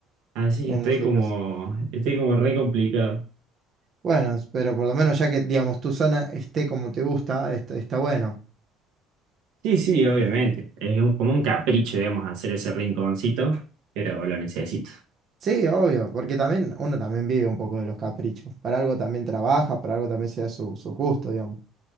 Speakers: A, on the right; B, on the right.
A: Así
B: en
A: que estoy
B: ese
A: como,
B: caso.
A: estoy como re complicado.
B: Bueno, pero por lo menos ya que, digamos, tu zona esté como te gusta, est- está bueno.
A: Sí, sí, obviamente. Es un- como un capricho, digamos, hacer ese rinconcito, pero lo necesito.
B: Sí, obvio, porque también uno también vive un poco de los caprichos. Para algo también trabaja, para algo también sea su, su gusto, digamos.